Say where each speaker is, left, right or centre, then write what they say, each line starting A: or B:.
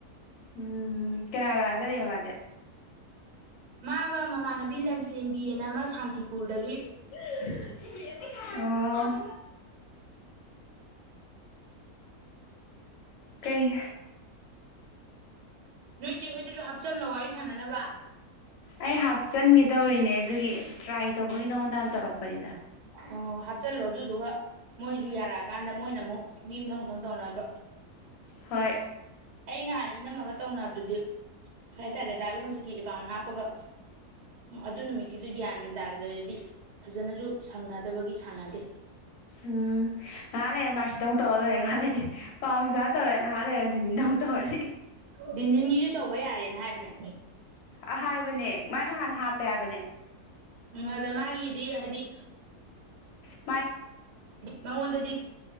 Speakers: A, on the left; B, on the right.
A: ꯎꯝ ꯀꯅꯥ ꯀꯅꯥ ꯆꯠ ꯂꯤꯕ ꯃꯥꯗꯤ
B: ꯃꯥꯒ ꯃꯃꯥꯟꯅꯕꯤ ꯂꯟꯆꯦꯟꯕꯤꯅ ꯑꯃ ꯁꯥꯟꯇꯤꯄꯨꯔꯗꯒꯤ
A: <unintelligible> ꯑꯣ ꯀꯩ
B: ꯅꯣꯏ ꯆ‌ꯦ ꯍꯣꯏꯗꯁꯨ ꯆꯜꯅꯣ ꯋꯥꯔꯤ ꯁꯥꯟꯅꯅꯕ
A: ꯑꯩ ꯍꯥꯞꯆꯟꯒꯦ ꯇꯧꯔꯤꯅꯦ ꯑꯗꯨꯒꯤ ꯇ꯭ꯔꯥꯏ ꯇꯧꯕꯒꯤ ꯅꯉꯣꯟꯗꯥ ꯍꯥꯟꯅ ꯇꯧꯔꯛꯄꯅꯤꯗ
B: ꯑꯣ ꯍꯥꯞꯆꯤꯜꯂꯣ ꯑꯗꯨꯗꯨꯒ ꯃꯣꯏꯁꯨ ꯌꯥꯔꯛꯑꯀꯥꯟꯗ ꯃꯣꯏꯅ ꯑꯃꯨꯛ ꯃꯤ ꯃꯊꯪ ꯃꯊꯪ ꯇꯧꯅꯕ
A: ꯍꯣꯏ
B: ꯑꯩ ꯅꯍꯥꯟ ꯏꯅꯝꯃꯒ ꯇꯧꯅꯕꯗꯨꯗꯤ ꯀꯩꯇꯥꯔꯦ ꯗꯥꯕꯤꯌꯣꯖꯤꯀꯤ ꯑꯦꯀꯥꯎꯟ ꯍꯥꯞꯄꯒ ꯑꯗꯨ ꯅꯨꯃꯤꯠꯀꯤꯗꯨ ꯒ꯭ꯌꯥꯟ ꯃꯦꯟ ꯇꯥꯈꯤꯗꯗꯤ ꯐꯖꯅꯁꯨ ꯁꯪꯅꯗꯕꯒꯤ ꯁꯥꯟꯅꯗꯦ
A: ꯎꯝ ꯉꯥꯏꯍꯥꯛ ꯂꯩꯔꯦ ꯃꯥꯔꯆꯤꯗꯨ ꯇꯧꯔ ꯂꯣꯏꯔꯦ ꯉꯥꯏꯍꯥꯛ ꯂꯩꯔꯦ ꯄꯥꯎꯁꯤꯗꯥ ꯇꯧꯔꯦ ꯉꯥꯏꯍꯥꯛ ꯂꯩꯔ ꯗꯤꯟꯗꯤꯟꯗ ꯑꯃꯨꯛ ꯇꯧꯔꯁꯤ
B: ꯗꯤꯟꯗꯤꯟꯒꯤꯁꯨ ꯇꯧꯕ ꯌꯥꯔꯦꯅ ꯍꯥꯏꯕꯅꯦ
A: ꯑ ꯍꯥꯏꯕꯅꯦ ꯃꯥꯥꯏꯅꯍꯥꯟ ꯍꯥꯞꯄꯦ ꯍꯥꯏꯕꯅꯦ
B: ꯎꯝ ꯑꯗ ꯃꯥꯒꯤꯗꯤ ꯍꯥꯏꯗꯤ
A: ꯎ
B: ꯃꯉꯣꯟꯗꯗꯤ